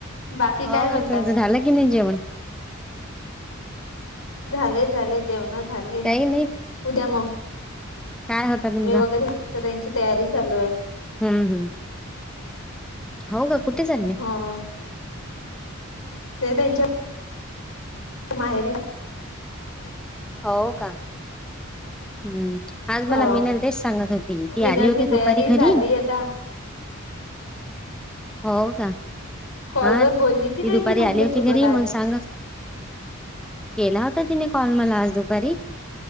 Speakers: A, on the left; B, in the centre.
A: बाकी
B: म हो
A: काय म्हणता
B: तुमचं झालं की नाही जेवण <inaudible>
A: झालेय झाले जेवण झालेय
B: काही नाही
A: उद्या मम्मी
B: काय होता तुमचा
A: वगैरे तर त्यांची तयारी चालू आहे
B: हम्म हम्म हो का कुठे चालले?
A: हो ते त्यांच्या माहेरी, <unintelligible>
B: हो का? हम्म आज
A: हा
B: मला मिनल देश सांगत होती, ती
A: विनरची
B: आली होती
A: तयारी
B: दुपारी घरी
A: झाली
B: <inaudible>
A: आता
B: हो का
A: कॉलवर
B: हा ती
A: बोलली की नाही
B: दुपारी
A: ती तुमच्या
B: आली होती
A: सोबत
B: घरी,
A: आज
B: मण सांगत केला होता, तिने कॉल मला आज दुपारी.